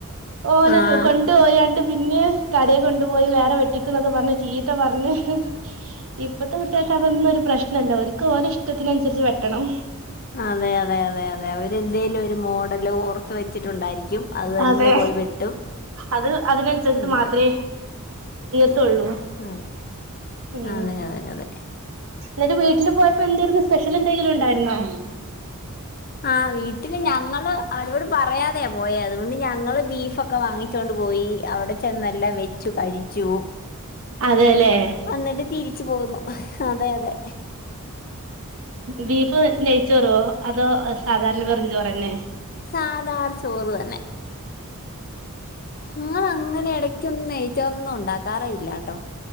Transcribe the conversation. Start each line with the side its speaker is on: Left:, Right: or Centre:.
Right: ഓനെ
Left: ആഹ്
Right: കൊണ്ടു പോയാണ്ട് പിന്നെ കടയെ കൊണ്ടുപോയി വേറെ വെട്ടിക്കുന്നൊക്കെ പറഞ്ഞ് ചീത്ത പറഞ്ഞ് ഹ് ഇപ്പത്തെ കുട്ടികക്ക് അതോന്നും ഒരു ല്ല ഒരുക്ക് ഒരെ ഇഷ്ടത്തിനുസരിച്ച് വെട്ടണം
Left: അതെ അതെ അതെ അതെ അവര്ന്തേലും ഒരു മോഡല് ഓർ ത്ത് വെച്ചിട്ടോണ്ടാരിക്കും അത് തന്നെ
Right: അതെ
Left: പോയി വെട്ടും.
Right: അത് അതിനനുസരിച്ച്
Left: അതെ
Right: മാത്രേ
Left: അതെ
Right: ത്തൊള്ളൂ
Left: അതെ
Right: ഉം
Left: അതെ അതെ അതെ
Right: എന്നിട്ട് വീട്ടില് പോയപ്പോ എന്താരുന്നു സ്പെഷ്യൽ എന്തെങ്കിലും ഉണ്ടായിരുന്നോ?
Left: ആഹ് വീട്ടി ഞങ്ങള് അവരോട് പറയാതെയാ പോയ അതുകൊണ്ട് ഞങ്ങള് ബീഫ് ഒക്കെ വാങ്ങി വച്ചോണ്ട് പോയി അവിടെ ചെന്നെല്ലാം വെച്ചു കഴിച്ചു
Right: അതെല്ലേ
Left: എന്നിട്ട് തിരിച്ചു പോന്നു അതെ അതെ ഉം.
Right: ബീഫ് നെ ചോറോ അതോ സാധാരണ വെറും ചോറ് തന്നെ
Left: സാതാ ചോറ് തന്നെ ഞങ്ങൾ അങ്ങനെ എട ടകെന്നും നെയ്ച്ചോറൊന്നും ഉണ്ടാക്കാറയില്ലാട്ടോ